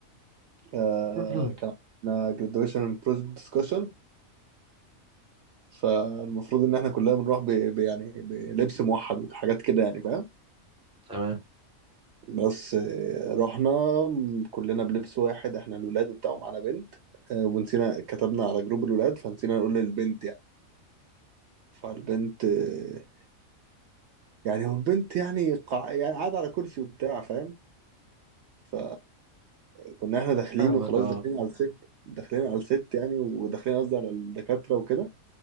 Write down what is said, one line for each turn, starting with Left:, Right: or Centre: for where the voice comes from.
Right: آه
Centre: <clears throat>
Right: كان عندنا graduation project discussion فالمفروض ان احنا كلنا بنروح ب... ب... يعني بلبس موحد وحاجات كده يعني فاهم
Centre: تمام
Right: بس آه رحنا كلنا بلبس واحد احنا الولاد وبتاع ومعانا بنت آه ونسينا كتبنا على جروب الولاد فنسينا نقول للبنت يعني فالبنت آه يعني والبنت يعني قاع... يعني قاعدة على كرسي وبتاع فاهم ف كنا احنا داخلين
Centre: فاهمك
Right: وخلاص
Centre: اه
Right: داخلين على الست داخلين على الست يعني وداخلين قصدي على الدكاترة وكده